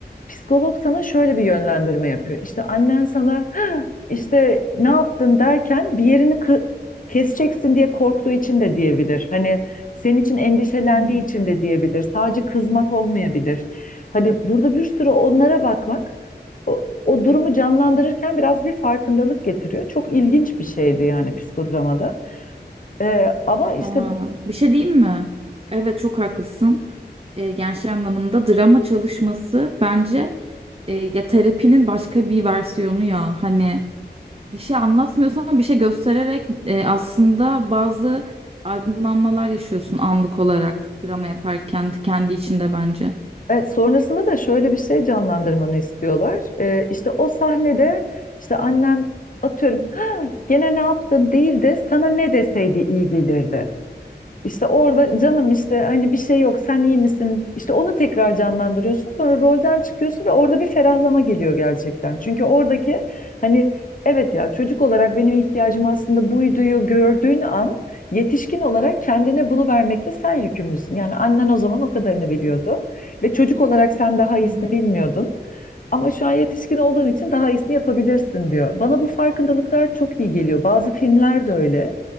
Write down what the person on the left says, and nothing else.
Psikolog sana şöyle bir yönlendirme yapıyor. İşte annen sana "Hah, işte ne yaptın derken bir yerini kı- keseceksin diye korktuğu için de diyebilir. Hani senin için endişelendiği
için de diyebilir. Sadece kızmak olmayabilir. Hani burada bir sürü onlara bakmak o, o durumu canlandırırken biraz bir farkındalık getiriyor. Çok ilginç bir şeydi yani psikodramada. Ee, ama işte
Evet, sonrasında da şöyle bir şey canlandırmanı istiyorlar. Ee, işte o sahnede işte annen atıyorum "Ha, gene ne yaptın değil de sana ne deseydi iyi gelirdi. İşte orada canım işte hani bir şey yok sen iyi misin? İşte onu tekrar canlandırıyorsun. Sonra rolden çıkıyorsun ve orada bir ferahlama geliyor gerçekten. Çünkü oradaki hani evet ya çocuk olarak benim ihtiyacım aslında buyduyu gördüğün an yetişkin olarak kendine bunu vermekle sen yükümlüsün. Yani annen o zaman o kadarını biliyordu ve çocuk olarak sen daha iyisini
bilmiyordun. Ama şu an yetişkin olduğun için daha iyisini yapabilirsin diyor. Bana bu farkındalıklar çok iyi geliyor. Bazı filmler de öyle.